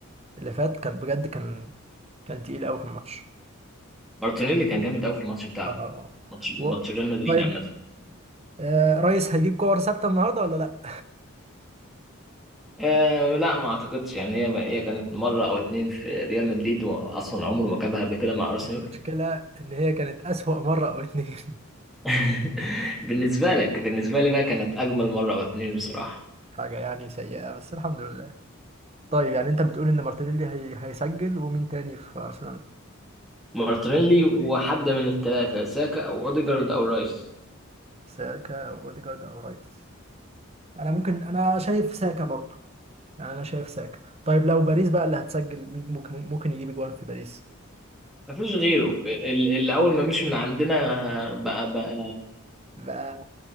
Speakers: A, on the right (about 30°); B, in the centre.
A: اللي فات كان بجد كان كان تقيل قوي في الماتش
B: مارتينيلي كان جامد قوي في الماتش بتاعك
A: اه
B: ماتش ماتش
A: و...
B: ريال مدريد
A: طيب
B: عامه
A: آه رئيس هيجيب كور ثابته النهارده ولا لا
B: آه لا ما اعتقدش يعني هي هي كانت مره او اتنين في ريال مدريد واصلا عمره ما جابها قبل كده مع ارسنال
A: المشكله ان هي كانت اسوأ مره او اتنين
B: <laughs> بالنسبه لك بالنسبه لي بقى كانت اجمل مره او اتنين بصراحه
A: <laughs> حاجه يعني سيئه بس الحمد لله طيب يعني انت بتقول ان مارتينيلي هي... هيسجل ومين تاني في ارسنال
B: مارتينيلي وحد من الثلاثة ساكا أو أوديجارد أو رايس
A: ساكا أو اوديجارد او رئيس انا ممكن انا شايف ساكا برضو يعني انا شايف ساكا طيب لو باريس بقى اللي هتسجل مين ممكن ممكن يجيب جوان في باريس
B: مفيش غيره ال- اللي أول ما مشي من عندنا بقى بقى
A: بقى